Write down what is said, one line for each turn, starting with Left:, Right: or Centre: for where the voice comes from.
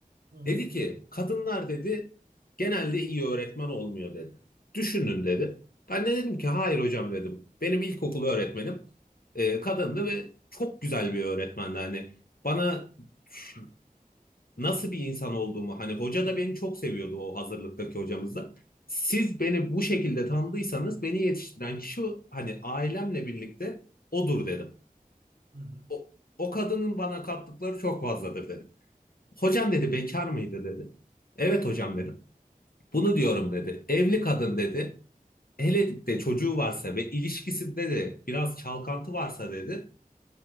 Right: Hı hı.
Left: Dedi ki kadınlar dedi genelde iyi öğretmen olmuyor dedi. Düşünün dedi. Ben de dedim ki hayır hocam dedim. Benim ilkokul öğretmenim e, kadındı ve çok güzel bir öğretmendi. Hani bana ş- nasıl bir insan olduğumu hani hoca da beni çok seviyordu o hazırlıktaki hocamız da. Siz beni bu şekilde tanıdıysanız beni yetiştiren kişi hani ailemle birlikte odur dedim.
Right: Hı hı,
Left: O, o kadının bana kattıkları çok fazladır dedim. Hocam dedi bekar mıydı dedi. Evet hocam dedim. Bunu diyorum dedi. Evli kadın dedi. Hele de çocuğu varsa ve ilişkisinde de biraz çalkantı varsa dedi